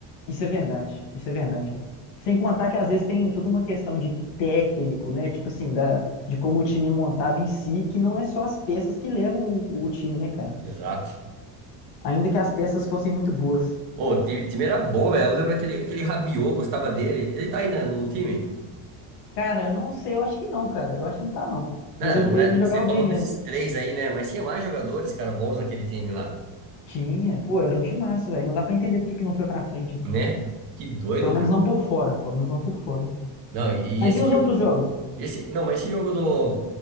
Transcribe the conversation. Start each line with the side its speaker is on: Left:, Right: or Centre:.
Left: Isso é verdade, isso é verdade, cara. Sem contar que às vezes tem toda uma questão de técnico, né? Tipo assim, da, de como o time é montado em si, que não é só as peças que levam o, o time, né, cara?
Right: Exato.
Left: Ainda que as peças fossem muito boas.
Right: Ô, o time, time era bom, velho. Eu lembro aquele, aquele Rabiot, gostava dele. Ele tá aí na- no time?
Left: Cara, eu não sei, eu acho que não, cara. Eu acho que não tá, não.
Right: Né,
Left: Mas eu-
Right: Não,
Left: ele
Right: é,
Left: jogava
Right: você falou
Left: bem mesmo.
Right: desses três aí, né? Mas tinha mais jogadores, cara, bons naquele time lá,
Left: Tinha, pô, era um timaço, velho. Não dá pra entender por que que não foi pra frente, né?
Right: né? Que doido,
Left: Pelo menos
Right: cara.
Left: não por fora, pelo menos não por fora. né?
Right: Não, e
Left: Mas
Right: esse
Left: e os
Right: jogo,
Left: outros jogos?
Right: esse, não, mas esse jogo do,